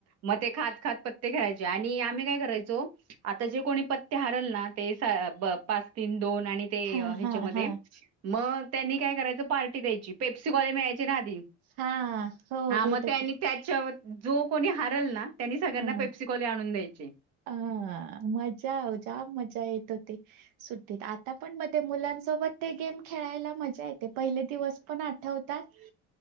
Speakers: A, on the right; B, on the right.
A: मग ते खात खात पत्ते खेळायचो आणि आम्ही काय करायचो? आता जे कोणी पत्ते हारल ना ते पाच तीन दोन आणि ते
B: हा
A: ह्याच्यामध्ये
B: हा हा
A: मग त्यांनी काय करायचं पार्टी द्यायची. पेप्सी गोळे मिळायचे ना आधी
B: हा हो
A: हा
B: भेटत
A: मग त्यांनी
B: होते
A: त्याच्यावर जो कोणी हारंल ना त्यांनी सगळ्यांना
B: हा
A: पेप्सी गोळे आणून द्यायचे.
B: हा मज्जा जाम मजा येत होती. सुट्टीत आता पण मग ते मुलांसोबत ते गेम खेळायला मजा येते. पहिले दिवस पण आठवतात.